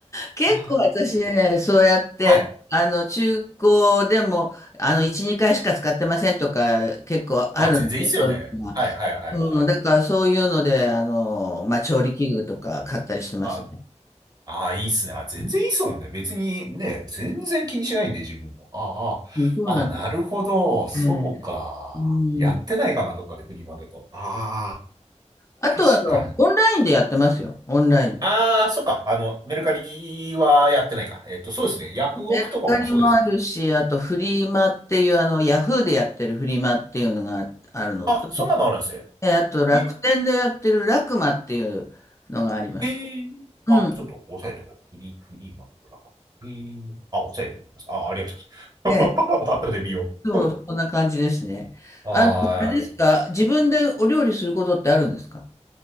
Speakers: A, on the left (about 25°); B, on the right (about 35°).
A: 結構私ね、
B: あー、ちょっと。
A: そうやって、
B: はい。
A: あの、中古でも、あの、1、2回しか使ってませんとか、結構あるんで、
B: あ、全然いいっすよね。
A: そういうのが。
B: はいはいはいはい。
A: うん、だからそういうので、あの、まあ、調理器具とか買ったりしてます。
B: あああ、いいっすね。あ、全然いいっすもんね。別にね、全然気にしないんで、自分も。ああ、
A: うん、そうなんで
B: ああ、なるほど。そうか。
A: すね。うん。
B: やってないかな、どっかでフリーマーケット。ああ、
A: あとはあの、
B: 確かに。
A: オンラインでやってますよ。オンラインで。
B: ああ、そっか。あの、メルカリはやってないか。えっと、そうですね。ヤフオクとかもそうですもん。
A: メルカリもあるし、あとフリマっていう、あの、ヤフーでやってるフリマっていうのがあるのと、
B: あ、そんなのあるんですね。
A: えあと楽天でやってるラクマっていうのがあります。
B: へへえ。
A: うん。
B: あ、ちょっと押さえとこう。フリー、フリーマーケットだから。へえ。あ、押さえておきます。あ、ありがとうございます。
A: ええ、
B: <laughs> 後で見よう。
A: そう、そんな感じですね。
B: <laughs>
A: あの、あれですか、
B: ああ
A: 自分でお料理することってあるんですか